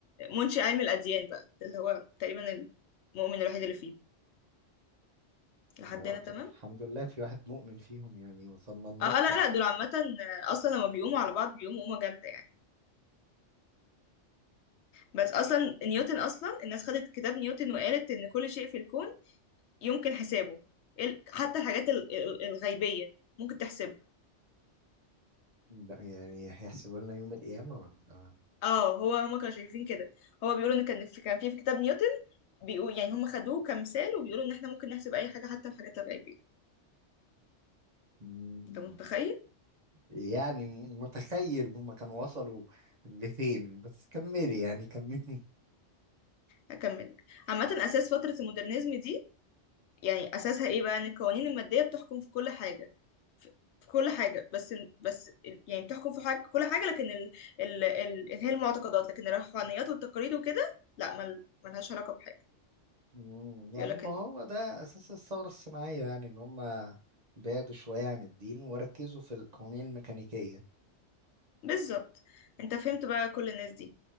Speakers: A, on the left; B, on the right.
A: منشئ علم الأديان بقى ده اللي هو تقريبا المؤمن الوحيد اللي فيهم لحد
B: آه
A: هنا تمام
B: طب الحمد لله في واحد مؤمن فيهم يعني وصلنا النقطة
A: اه آه، لا لا دول عامة آه، أصلا لما بيقوموا على بعض بيقوموا قومة جامدة يعني بس أصلا نيوتن أصلا الناس خدت كتاب نيوتن وقالت إن كل شيء في الكون يمكن حسابه ال- حتى الحاجات ال- ال- الغيبية ممكن تحسبها
B: لا يعني هيحسبوا لنا يوم القيامة ولا
A: اه هو هما كانوا شايفين كده هو بيقولوا ان كان في كان في في كتاب نيوتن بيقول يعني هم خدوه كمثال وبيقولوا ان احنا ممكن نحسب اي حاجه حتى الحاجات الغيبيه
B: مم.
A: انت متخيل
B: يعني متخيل هما كانوا وصلوا لفين بس كملي يعني كملي
A: هكمل لك عامه اساس فتره المودرنزم دي يعني اساسها ايه بقى ان القوانين الماديه بتحكم في كل حاجه في في كل حاجه بس ال- بس ال- يعني بتحكم في حاجه كل حاجه لكن ال ال ال اللي هي المعتقدات لكن الروحانيات والتقاليد وكده لا مل ملهاش علاقه بحاجه
B: مم، يعني
A: بيقول لك
B: ما
A: ان
B: هو ده أساس الثورة الصناعية يعني إن هما بعدوا شوية عن الدين وركزوا في القوانين الميكانيكية
A: بالظبط انت فهمت بقى كل الناس دي